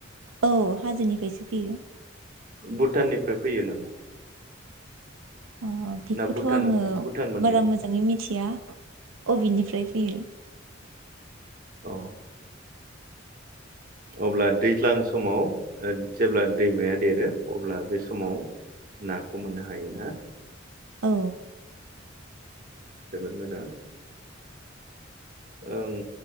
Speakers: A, on the right; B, on the right.
A: औ हाजोनिफायसो फैयो।
B: भुटाननिफाय फैयो नामा?
A: ओ बेखौथ
B: ना भुटान
A: आङो
B: भुटान मोननैया
A: बारा मोजाङै मिथिया अबेनिफ्राय फैयो?
B: औ अब्ला दैज्लां समाव ओ जेब्ला दैमाया देरो अब्ला बे समाव नाखौ मोननो हायोना?
A: औ
B: जोबोद मोजां ओं